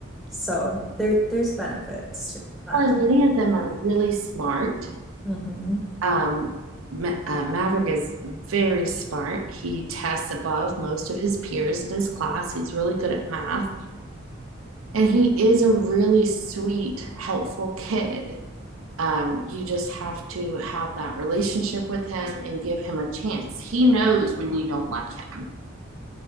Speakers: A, in the centre; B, on the right.
A: So there there's benefits to it. It's not-
B: Well, and many of them are really smart.
A: Mhm.
B: Um, Ma- uh, Maverick is very smart. He tests above most of his peers in his class. He's really good at math. And he is a really sweet, helpful kid. Um, you just have to have that relationship with him and give him a chance. He knows when you don't like him.